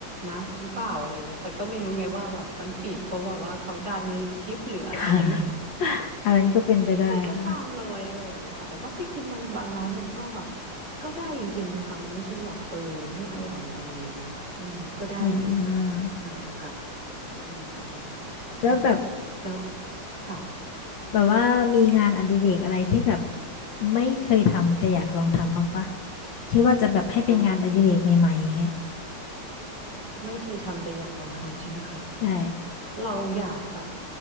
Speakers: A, on the right; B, on the left.
A: นะหรือเปล่าอะไรเงี้ยแต่ก็ไม่รู้ไงว่าแบบมันฟีดเพราะแบบว่าเขาดันคลิปหรืออะไรยังไง
B: <laughs> ค่ะอันนั้นก็เป็นไปได้ค่ะ
A: แต่ก็ตามรอยอะไรอย่างเงี้ยค่ะแต่ว่าไปกินบางบางร้านมันก็แบบก็ได้จริงๆนะคะมันไม่ใช่แบบเออไม่อร่อยอะไรอย่างเงี้ยค่ะอืมก็ได้อยู่ค่ะใช่ค่ะ
B: อืม
A: อืมค่ะ
B: แล้วแบบ
A: แล้วค่ะ
B: แบบว่ามีงานอดิเรกอะไรที่แบบไม่เคยทำแต่อยากลองทำบ้างปะคิดว่าจะแบบให้เป็นงานอดิเรกใหม่ๆอย่างเงี้ย
A: งานอดิเรกไม่เคยทำแต่อยากลองทำใช่ไหมคะ
B: ใช่
A: เราอยากแบบ